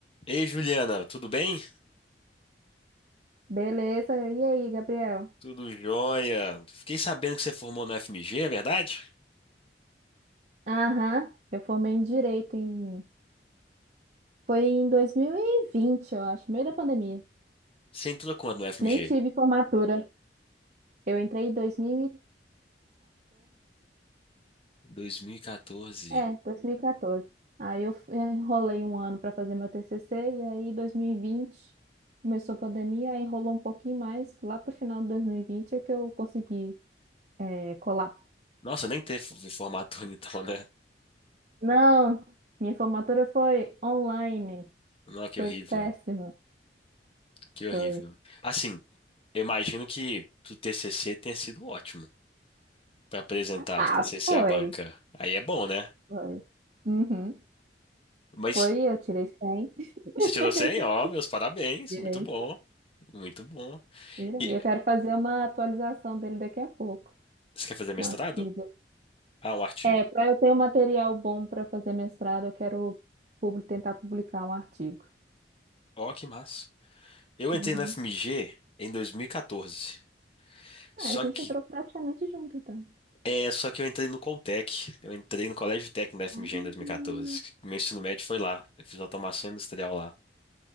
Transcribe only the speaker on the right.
Beleza. E aí, Gabriel?
Aham, eu formei em direito em. Foi em 2020, eu acho, meio da pandemia.
Nem tive formatura. Eu entrei em 2014.
É, 2014. Aí eu f- enrolei um ano para fazer meu TCC, e aí 2020 começou a pandemia, aí enrolou um pouquinho mais. Lá pro final de 2020 é que eu consegui, é, colar.
Não, minha formatura foi online.
Foi
péssima.
Foi.
Ah,
foi,
foi. Uhum.
Foi, eu tirei 100. <laughs>
Tirei,
tirei.
Eu quero fazer uma atualização dele daqui a pouco,
um artigo.
É, para eu ter um material bom para fazer mestrado, eu quero publi- tentar publicar um artigo.
Uhum.
Ah, a gente
entrou praticamente junto, então.
Ah,